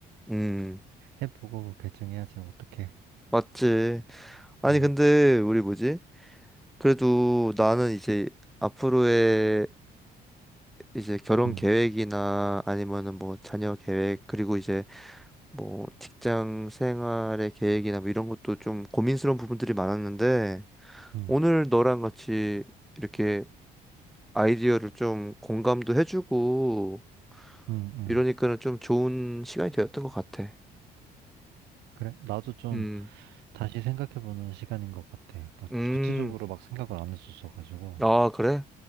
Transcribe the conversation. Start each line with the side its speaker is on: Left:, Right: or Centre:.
Centre: 음,
Right: 해보고 결정해야지, 어떡해.
Centre: 맞지. 아니,
Right: 음,
Centre: 근데 우리 뭐지? 그래도 나는 이제 앞으로의 이제 결혼
Right: 음,
Centre: 계획이나 아니면은 뭐 자녀 계획, 그리고 이제 뭐 직장 생활의 계획이나 뭐 이런 것도 좀 고민스러운 부분들이 많았는데
Right: 음,
Centre: 오늘 너랑 같이 이렇게 아이디어를 좀 공감도 해주고
Right: 음, 음.
Centre: 이러니까는 좀 좋은 시간이 되었던 것 같아.
Right: 그래, 나도 좀
Centre: 음,
Right: 다시 생각해보는 시간인 것 같아. 막
Centre: 음,
Right: 구체적으로 막 생각을 안 했었어가지고.
Centre: 아, 그래?